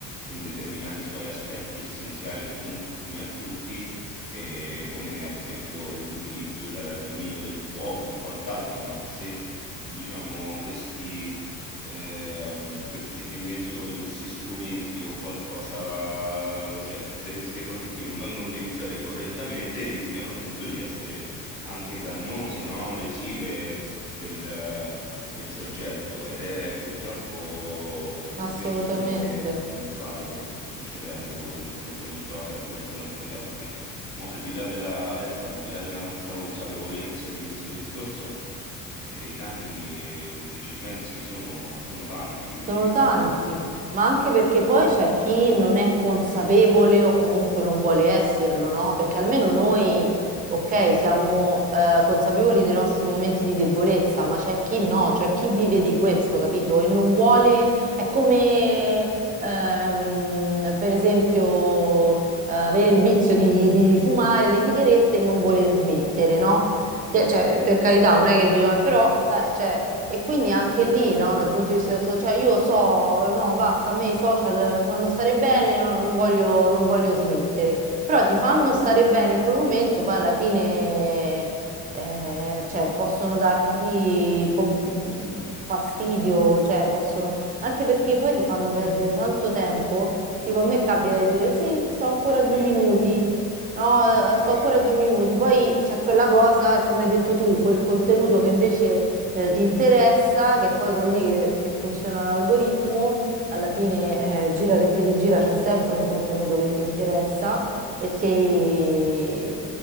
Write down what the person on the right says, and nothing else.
assolutamente.
Sono
tanti,
ma anche perché poi c'è chi non è consapevole o comunque non vuole esserlo, no? Perché almeno noi, ok, siamo eh, consapevoli dei nostri momenti di debolezza, ma c'è chi no, c'è chi vive di questo, capito? E non vuole, è come ehm, per esempio eh, avere il vizio di, di fumare le sigarette e non voler smettere, no? Che-
Cioè, per carità, non è che bisogna, però sai, cioè, e quindi anche lì, no, dal punto di vista del so- cioè io so, no, basta, a me i social mi fanno stare bene, no, non voglio, non voglio smettere. Però ti fanno stare bene in quel momento, poi alla fine, eh, cioè, possono darti po- mh, fastidio, cioè, possono, anche perché poi ti fanno perdere tanto tempo. Tipo, a me capita di dire, sì, sto ancora
due minuti. No,
eh, sto ancora due minuti. Poi c'è quella cosa, come hai detto tu, quel contenuto che invece eh, ti interessa, che poi così che, che funziona l'algoritmo, alla fine eh, gira che ti rigira, c'è sempre un contenuto che ti interessa e ti... E,